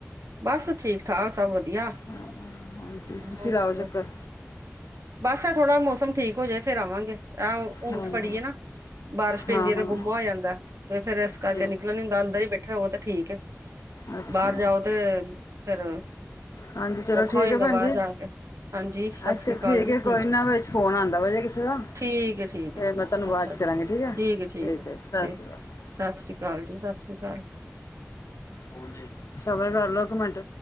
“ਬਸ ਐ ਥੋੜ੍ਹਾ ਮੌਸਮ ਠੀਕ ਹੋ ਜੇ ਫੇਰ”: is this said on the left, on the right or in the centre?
Right